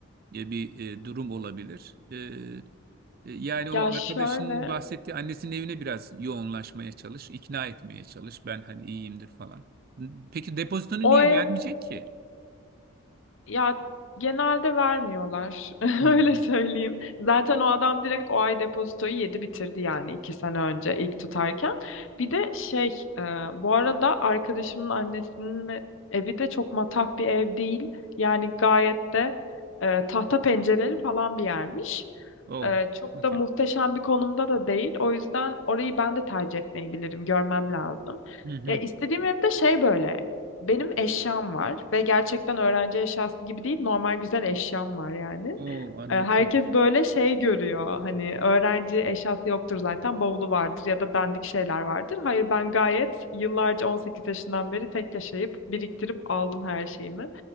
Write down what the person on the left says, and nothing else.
Ya şöyle,
o
ev
Ya genelde vermiyorlar. <laughs>
Öyle söyleyeyim. Zaten o adam direkt o ay depozitoyu yedi bitirdi yani iki sene önce ilk tutarken. Bir de şey e, bu arada arkadaşımın annesinin evi de çok matah bir ev değil. Yani gayet de e, tahta pencereli falan bir yermiş.
E, çok
da muhteşem bir konumda da değil. O yüzden orayı ben de tercih etmeyebilirim. Görmem lazım.
Ya istediğim evde şey böyle. Benim eşyam var ve gerçekten öğrenci eşyası gibi değil, normal güzel eşyam var yani.
E, Herkes böyle şey görüyor. Hani öğrenci eşyası yoktur zaten, bavulu vardır ya da dandik şeyler vardır. Hayır ben gayet yıllarca 18 yaşından beri tek yaşayıp biriktirip aldım her şeyimi.